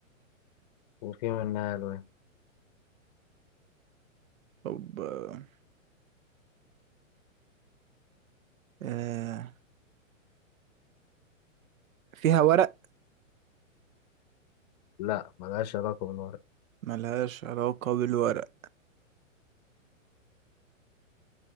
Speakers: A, on the left; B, on the right.
A: وفي منها الوان
B: طب آه، آه، فيها ورق
A: لا ملهاش علاقة بالورق
B: ملهاش علاقة بالورق